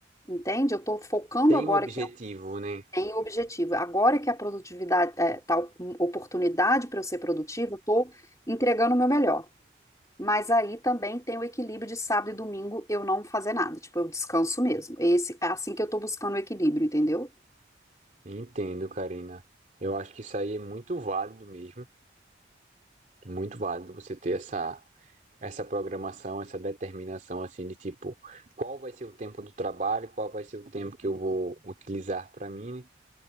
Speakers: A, on the left; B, on the right.
A: entende? Eu tô focando
B: <laughs> Tem
A: agora
B: um objetivo,
A: que eu
B: né?
A: tenho objetivo. Agora que a produtividade, é, tá oportunidade para eu ser produtiva, eu tô entregando o meu melhor. Mas aí também tem o equilíbrio de sábado e domingo eu não fazer nada, tipo, eu descanso mesmo. Esse, é assim que eu tô buscando o equilíbrio, entendeu?
B: Entendo, Karina. Eu acho que isso aí é muito válido mesmo, muito válido você ter essa essa programação, essa determinação assim de tipo, qual vai ser o tempo do trabalho, qual vai ser o tempo que eu vou utilizar para mim, né?